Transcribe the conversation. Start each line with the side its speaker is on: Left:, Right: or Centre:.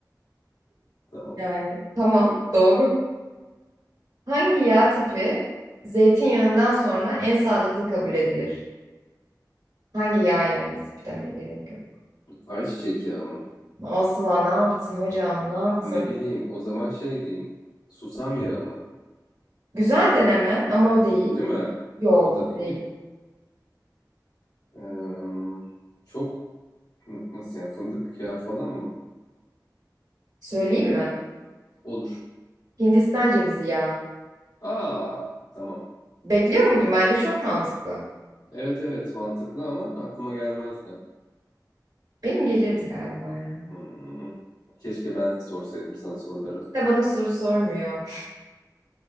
Left: Tamam.
Right: Yani tamam doğru. Hangi yağ tipi zeytinyağından sonra en sağlıklı kabul edilir? Hangi yağ yani tipi demeye gerek yok.
Left: Ayçiçek yağı mı?
Right: Asla ne yaptın hocam ne yaptın?
Left: Ne bileyim. O zaman şey diyeyim. Susam yağı mı?
Right: Güzel deneme ama o değil.
Left: Değil mi?
Right: Yok
Left: O da
Right: o
Left: değil.
Right: değil.
Left: Ee, çok N- Nasıl yani fındık yağı falan mı?
Right: Söyleyeyim mi?
Left: Olur.
Right: Hindistan cevizi ya.
Left: Aa tamam.
Right: Bekliyor muydun? Bence çok mantıklı.
Left: Evet evet mantıklı ama aklıma gelmezdi.
Right: Benim gelirdi galiba ya.
Left: Hmm. Keşke ben sorsaydım sana soruları.
Right: Hiç de bana soru sormuyor.